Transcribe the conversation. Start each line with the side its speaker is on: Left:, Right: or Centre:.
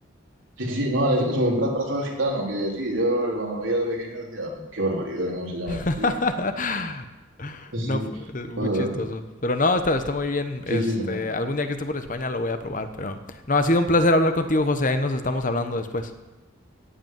Right: Sí, sí, no, es- eso es bra- brazo de gitano, que sí, yo cuando lo veía de pequeño decía, qué barbaridad, ¿cómo se llama
Left: <laughs>
Right: eso? Sí, sí, sí,
Left: No, fue- eh, muy
Right: pues,
Left: chistoso. Pero no, está, está muy bien.
Right: sí,
Left: Este,
Right: sí, sí.
Left: algún día que esté por España lo voy a probar, pero no, ha sido un placer hablar contigo, José. Ahí nos estamos hablando después.